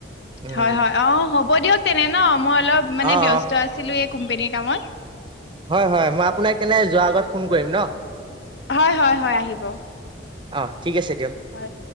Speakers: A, on the right; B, on the left.
A: উম
B: হয়- হয়, অ, হ'ব দিয়ক, তেনে ন মই অলপ মানে
A: অ
B: ব্যস্ত
A: অ
B: আছোঁ। আছিলোঁ এই কোম্পেনীৰ কামত।
A: হয়, হয়, মই আপোনাক কেনে যোৱাৰ আগত ফোন কৰিম ন।
B: হয়- হয়, আহিব
A: অ ঠিক আছে দিয়ক
B: হয়।